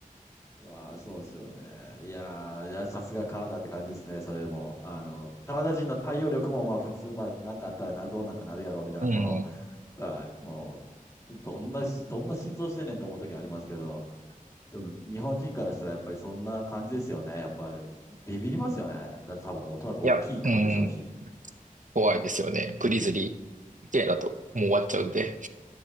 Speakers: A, on the left; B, on the right.
A: まあ、そうっすよね。いやー、いや、さすがカナダって感じですね、それも。あの、カナダ人の対応力も、まあ、普通、まあ、なんかあったらな、どうなんかなるやろ、みたいな、
B: うん。
A: この、はい、もう、どんなし、どんな心臓してんねんと思う時ありますけど、でも、日本人からしたら、やっぱりそんな感じですよね。やっぱり、ビビりますよね。だって多分、おそらく大きい雲でしょうし。
B: いや、うん。怖いですよね。グリズリー系だともう終わっちゃうんで。